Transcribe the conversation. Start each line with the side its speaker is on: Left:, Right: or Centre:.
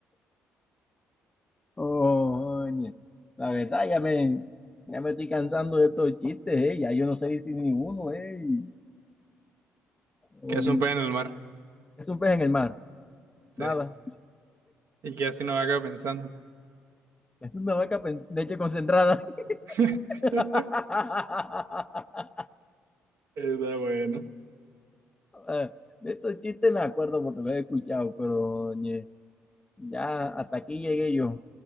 Left: Oye, la verdad ya me, ya me estoy cansando de estos chistes, eh. Ya yo no sé si ninguno, eh. Um,
Right: ¿Qué hace un pez en el mar?
Left: ¿qué es un pez en el mar? Nada.
Right: Sí. ¿Y qué hace una vaca pensando?
Left: Es una vaca pen- leche concentrada.
Right: <laughs>
Left: <laughs>
Right: Está bueno.
Left: Eh, De estos chistes me acuerdo porque los he escuchado, pero oye, ya hasta aquí llegué yo.